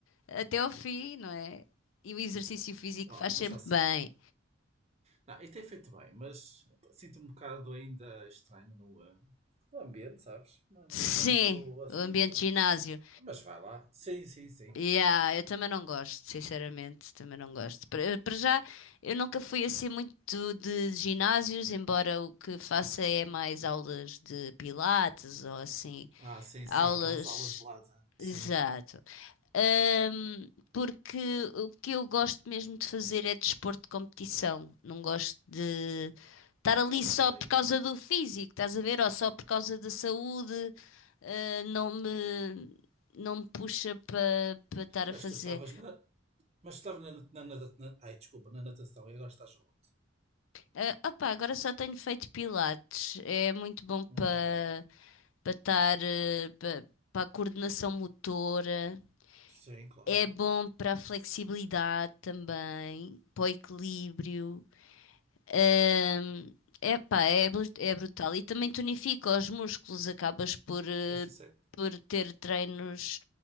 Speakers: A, on the left; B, on the right.
A: até ao fim, não é? E o exercício físico
B: Oh,
A: faz
B: mas
A: sempre
B: já sei.
A: bem.
B: Não, e tem feito bem, mas sinto-me um bocado ainda estranho no, eh, no ambiente, sabes? Não,
A: Sim,
B: não, não estou assim
A: o ambiente
B: muito.
A: de ginásio.
B: Mas vai lá. Sim, sim, sim.
A: Yeah, eu também não gosto, sinceramente, também não gosto. Para para já, eu nunca fui assim muito de ginásios, embora o que faça é mais aulas de pilates ou assim,
B: Ah, sim,
A: aulas.
B: sim. Aquelas aulas de lata. Sim.
A: Exato. Ahm, porque o que eu gosto mesmo de fazer é desporto de competição. Não gosto de estar ali
B: Eu sei.
A: só por causa do físico, estás a ver? Ou só por causa da saúde. Ah, não me, não me puxa para para estar a
B: Mas
A: fazer.
B: tu estavas na. Mas tu estavas na, na, na, na- Ai, desculpa, na natação e agora estás onde?
A: Ah, opá, agora só tenho feito pilates. É muito bom para
B: Hum,
A: para estar para para a coordenação motora.
B: sim, claro.
A: É bom para a flexibilidade também, para o equilíbrio. Ahm, epá, é, bru- é brutal. E também tonifica os músculos, acabas por, eh,
B: Pois eu sei.
A: por ter treinos